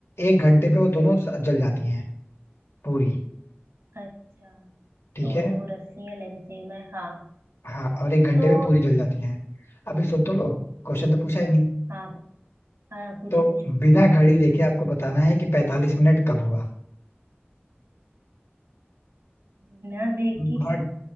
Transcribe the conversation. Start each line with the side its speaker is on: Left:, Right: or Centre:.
Left: एक घंटे पे वो दोनों स- जल जाती हैं पूरी
Right: अच्छा
Left: ठीक
Right: तो
Left: है
Right: दो रस्सी है लेंथ सेम है हाँ
Left: हाँ और एक घंटे
Right: तो
Left: में पूरी जल जाती हैं अभी सुन तो लो क्वेश्चन तो पूछा ही नहीं
Right: हाँ हाँ पूछो
Left: तो
Right: पूछो
Left: बिना घड़ी देखे आपको बताना है कि 45 मिनट कब हुआ
Right: बिना देख
Left: बहुत
Right: के